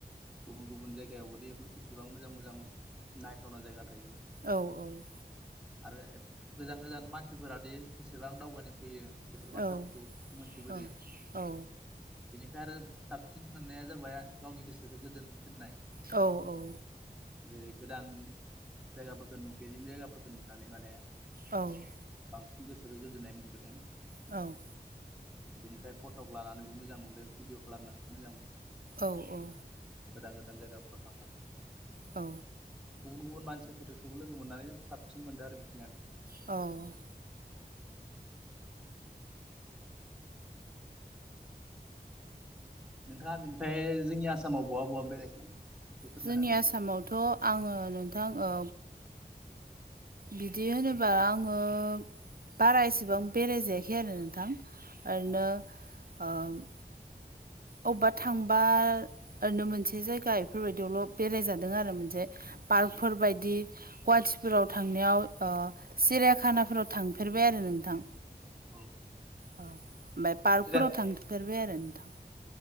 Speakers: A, in the centre; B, on the right (about 65°).
A: गुबुन गुबुन जायगायावबोदि एसेबां मोजां मोजां नायथावना जायगा थायो
B: औ औ
A: आरो गोजान गोजान मानसिफोरादि एसेबां दावबायनो फैयो बेफोर
B: औ
A: बाथ्राफोरखौ
B: औ
A: मोनथिबोदों
B: औ औ
A: बेनिफ्राय आरो साबसिन मोननाया जाबाय गावनि गोसोखौ गोजोन थिननाय
B: औ औ
A: जेरै गोदान जायगाफोरखौ नुफेरै जायगाफोरखौ नुनानै माने
B: औ
A: बांसिन गोसोजों गोजोननाय मोनबोदों
B: औ
A: बेनिफ्राय फट' लानानैबो मोजां मोनदों भिडिअ खालामनानै मोजां मोनो
B: औ औ
A: गोदान गोदान जायगाफोराव थांनानै
B: औ
A: गुबुन गुबुन मानसिफोरखौबो लोगो मोननानै साबसिन मोनदों आरो बिखिनियानो
B: औ
A: नोंथाङा बेनिफ्राय जोंनि आसामाव बहा बहा बेरायखो एसे फोरमायनो
B: जोंनि
A: हागोन
B: आसामावथ' आङो नोंथां ओ बिदि होनोबा आङो बारा एसेबां बेराय जायाखै आरो नोंथां ओरैनो
A: नामा औ
B: ओम अबेबा थांबा ओरैनो मोनसे जायगा इफोरबायदियावल' बेरायजादों आरो मोनसे पार्कफोर बायदि गुवाहाटिफोराव थांनायाव सिरियाखानाफोराव थांफेरबाय आरो नोंथां
A: औ
B: औ ओमफ्राय पार्कफोराव
A: सिरिया
B: थांफेरबाय आरो नोंथां